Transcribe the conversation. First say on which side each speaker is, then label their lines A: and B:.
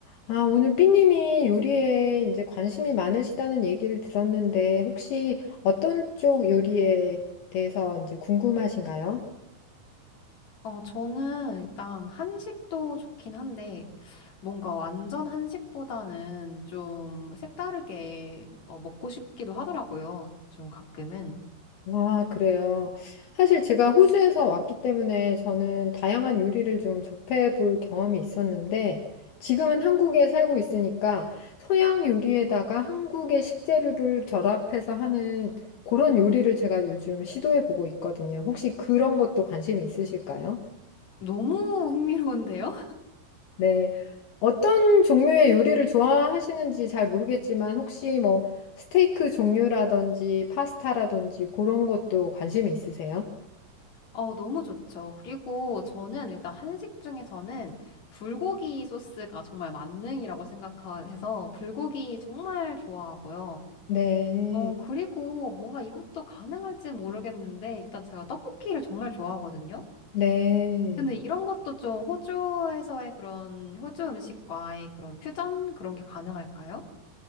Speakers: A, on the left (about 70°); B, on the left (about 45°).
A: 아, 오늘 삐님이 요리에 이제 관심이 많으시다는 얘기를 들었는데, 혹시 어떤 쪽 요리에 대해서 이제 궁금하신가요?
B: 어, 저는 일단 한식도 좋긴 한데, 뭔가 완전 한식보다는 좀 색다르게 어, 먹고 싶기도 하더라고요. 좀 가끔은.
A: 아, 그래요. 사실 제가 호주에서 왔기 때문에 저는 다양한 요리를 좀 접해볼 경험이 있었는데, 지금은 한국에 살고 있으니까 서양 요리에다가 한국의 식재료를 결합해서 하는 그런 요리를 제가 요즘 시도해보고 있거든요. 혹시 그런 것도 관심이 있으실까요?
B: 너무 흥미로운데요?
A: 네. 어떤 종류의 요리를 좋아하시는지 잘 모르겠지만 혹시 뭐 스테이크 종류라든지 파스타라든지 그런 것도 관심이 있으세요?
B: <laughs> 어, 너무 좋죠. 그리고 저는 일단 한식 중에서는 불고기 소스가 정말 만능이라고 생각해서 불고기 정말 좋아하고요.
A: 네.
B: 어, 그리고 뭔가 이것도 가능할지 모르겠는데, 일단 제가 떡볶이를 정말 좋아하거든요.
A: 네.
B: 근데 이런 것도 좀 호주에서의 그런 호주 음식과의 그런 퓨전 그런 게 가능할까요?